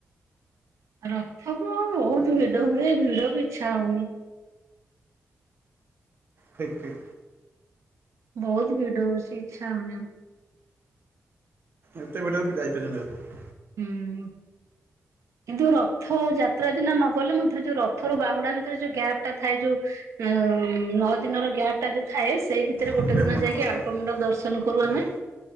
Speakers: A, on the right (about 85°); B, on the right (about 45°).
A: ରଥକୁ ବହୁତ ଭିଡ ହୁଏ, ଭିଡକୁ ଇଚ୍ଛା ହଉନେଇ।
B: ଠିକ୍ ଠିକ୍।
A: ବହୁତ ଭିଡ ହଉଛି ଇଚ୍ଛା ହଉନି ଆଉ।
B: ଏତେ ବାଟ ଆମେ ଯାଇପାରିଆନି ଆଉ।
A: ହୁଁ। କିନ୍ତୁ ରଥଯାତ୍ରା ଦିନ ନଗଲେ, ମଧ୍ୟ ଯୋଉ ରଥରୁ ବାହୁଡା ଭିତରେ ଯୋଉ ଗ୍ୟାପ୍ ଟା ଥାଏ ଯୋଉ ଉ ନଅ ଦିନର ଗ୍ୟାପ୍ ଟା ଯୋଉ ଥାଏ ସେଇ ଭି ଭିତରେ
B: କୁନି
A: ଗୋଟେ
B: ଭାଇ
A: ଦିନ
B: ଫୋନରେ
A: ଯାଇକି
B: କଥା
A: ଆଡପ
B: ହଉନୁ
A: ମଣ୍ଡପ ଦର୍ଶନ କରୁ
B: କୁନି
A: ଆମେ,
B: ଭାଇ